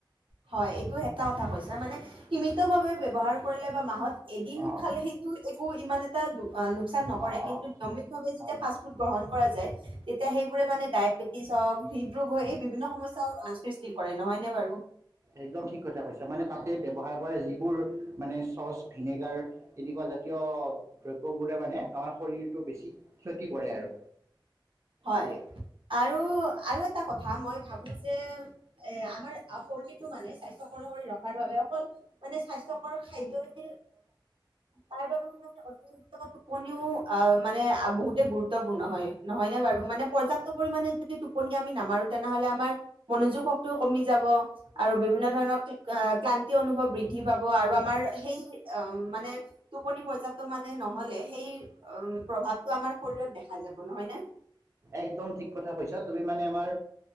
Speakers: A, on the right; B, on the right.
A: হয় এইটো এটা কথা কৈছা মানে সীমিত ভাৱে ব্যৱহাৰ কৰিলে বা মাহত এদিন
B: অঁ
A: খালে সেইটো একো ইমান এটা অ লোকচান নকৰে
B: অঁ
A: কিন্তু
B: অঁ
A: নিয়মিতভাৱে যেতিয়া
B: হয়
A: ফাষ্ট ফুড গ্ৰহণ কৰা যায় তেতিয়া সেইবোৰে মানে ডায়েবেটিছ হওক হৃদৰোগ হয় এই বিভিন্ন সমস্যা কৰে নহয়নে বাৰু
B: একদম ঠিক কথা কৈছা মানে তাতে ব্যৱহাৰ কৰা এইবোৰ মানে চচ ভিনেগাৰ এনেকুৱা জাতীয় দ্ৰব্যবোৰে মানে আমাৰ শৰীৰটো বেছি ক্ষতি কৰে আৰু
A: হয়
B: সেয়া
A: আৰু আৰু এটা কথা মই ভাবো যে এ আমাৰ শৰীৰটো মানে স্বাস্থ্যয়কৰ কৰি ৰখাৰ বাবে অকল মানে স্বাস্থ্যকৰ খাদয়ই তাৰ বাবে মানে অতিৰিক্ত টোপনিও আহ মানে বহুতে গুৰুত্বপূৰ্ণ হয় নহয় বাৰু মানে পৰ্যাপ্ত পৰিমানে যদি টোপনি আমি নামাৰো তেনেহলে আমাৰ মনোযোগ শক্তিও কমি যাব আৰু বিভিন্ন ধৰণৰ ক্লান্তি অনুভৱ বৃদ্ধি পাব আৰু আমাৰ সেই মানে টোপনি পৰ্যাপ্ত মানে নহলে সেই প্ৰভাৱটো আমাৰ শৰীৰত দেখা যাব নহয় নে
B: একদম ঠিক কথা কৈছা তুমি মানে আমাৰ